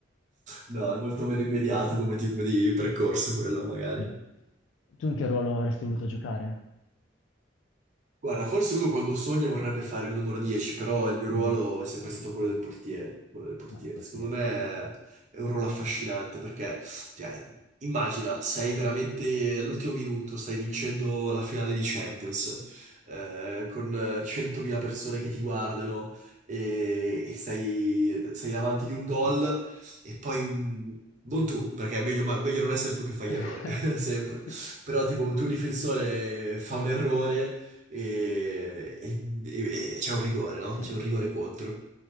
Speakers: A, on the right; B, on the left.
A: No, è molto meno immediato come tipo di percorso quello, magari.
B: Mm. Tu in che ruolo avresti voluto giocare?
A: Guarda, forse uno quando sogna vorrebbe fare il numero 10, però il mio ruolo
B: Mm.
A: è sempre stato quello del portiere, quello del portiere.
B: Ah, il portiere,
A: Secondo me
B: sì, sì.
A: è un ruolo affascinante perché, cioè, immagina, sei veramente all'ultimo minuto, stai vincendo la finale di Champions, eh, con eh, 100.000 persone che ti guardano e, e sei, sei davanti di un gol e poi un... Non tu, perché è meglio, ma- meglio non essere tu che fai
B: <laughs>
A: gli errori, <laughs> sempre. Però tipo un tuo difensore fa un errore e, e- e- e c'è un rigore, no?
B: Sì,
A: C'è un rigore contro.